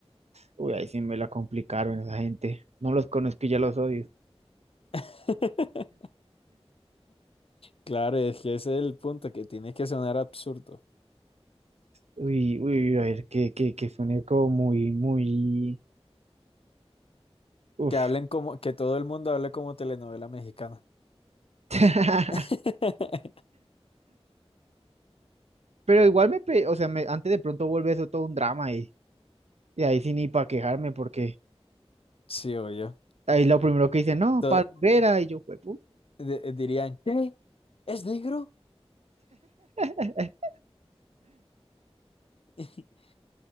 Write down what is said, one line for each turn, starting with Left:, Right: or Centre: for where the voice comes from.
Right: Uy, ahí sí me la complicaron esa gente. No los conozco y ya los odio.
Left: <laughs> Claro, es que ese es el punto, que tiene que sonar absurdo.
Right: Uy, uy, a ver, que, que, que suene como muy, muy... Uf.
Left: Que hablen como, que todo el mundo hable como telenovela mexicana.
Right: <laughs>
Left: <laughs>
Right: Pero igual me, pe- o sea, me, antes de pronto vuelve eso todo un drama y, y ahí sí ni para quejarme porque
Left: Sí, obvio.
Right: ahí lo primero que dice, no,
Left: To-
Right: para Herrera y yo, fue
Left: de- dirían, ¿qué? ¿Es negro?
Right: <laughs> Eh,
Left: <laughs>